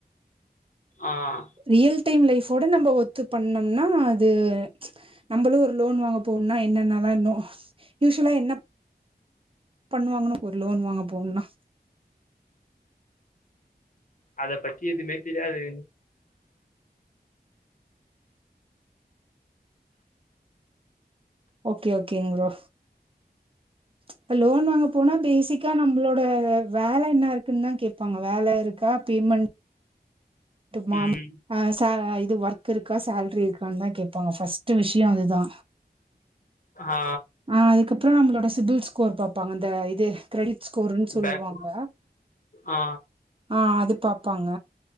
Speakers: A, on the left; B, on the right.
A: ஆ
B: ரியல் டைம் லைஃப் ட நம்ம ஒத்து பண்ணோம்னா அது நம்மளு ஒரு லோன் வாங்க போனும்னா என்னன்னாளா இன்னு யூசுவலா என்ன பண்ணுவாங்கன்னா ஒரு லோன் வாங்க போகணும்னா
A: அத பத்தி எதுமே தெரியாது
B: ஓகே ஓகேங்க ப்ரோ இப்ப லோன் வாங்க போனா பேசிக்கா நம்ளோட வேல என்ன இருக்குன்னு தான் கேட்பாங்க வேல இருக்கா பே மண்ட் மாம்
A: ம்
B: ஆ ச து ஒர்க் இருக்கா சேலரி இருக்கான்னு தா கேப்பாங்க ஃபஸ்ட்டு விஷய அதுதா
A: ஆ
B: ஆ அதுக்கப்புற நம்ளோட சிபில் ஸ்கோர் பாப்பாங்க அந்த இது கிரெடிட் ஸ்கோருன்னு சொல்லுவாங்க
A: பேக் ஆ
B: ஆ அது பாப்பாங்க